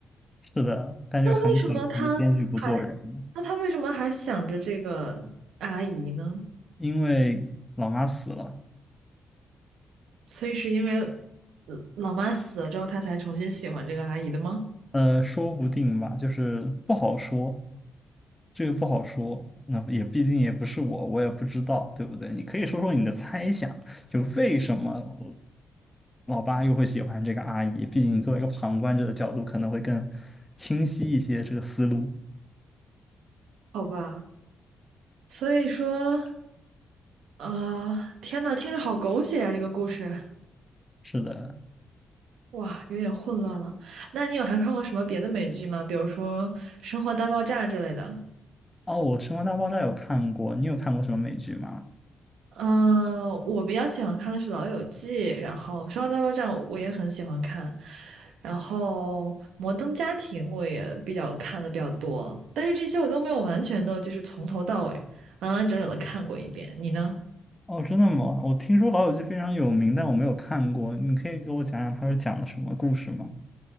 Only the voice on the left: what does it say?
是的，但就很可惜，
编剧不做人，因为老妈死了，
呃，说不定吧，就是不好说，这个不好说。那也毕竟也不是我，我也不知道，对不对？你可以说说你的猜想，就为什么老爸又会喜欢这个阿姨？毕竟你作为一个旁观者的角度，可能会更清晰一些这个思路。
是的，
哦，我《生活大爆炸》有看过，你有看过什么美剧吗？
哦，真的吗？我听说《老友记》非常有名，但我没有看过。你可以给我讲讲它是讲的什么故事吗？